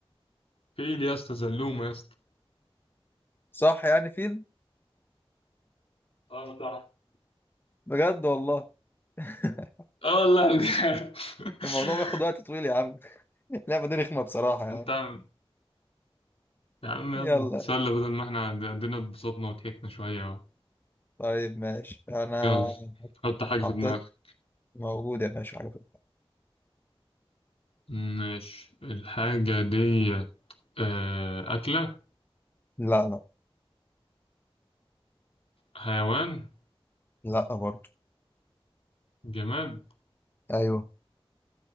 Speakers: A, on the left; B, on the left.
A: في ايه يا اسطى زلومه يا اسطى
B: صح يعني فيل
A: اه صح
B: بجد والله <laughs>
A: اه والله بجد. <laughs>
B: الموضوع بياخد وقت طويل يا عم <laughs> اللعبة دي رخمة بصراحة يعني
A: انت عم يا عم
B: يلا
A: يلا نتسلى بدل ما احنا الدنيا اتبسطنا وضحكنا شويه اهو
B: طيب ماشي أنا
A: يلا حط حاجه
B: حطيت
A: في دماغك
B: موجود يا باشا على فكرة
A: ماشي الحاجه ديت آه، اكله
B: لا لا
A: حيوان
B: لا برضه
A: جماد
B: أيوه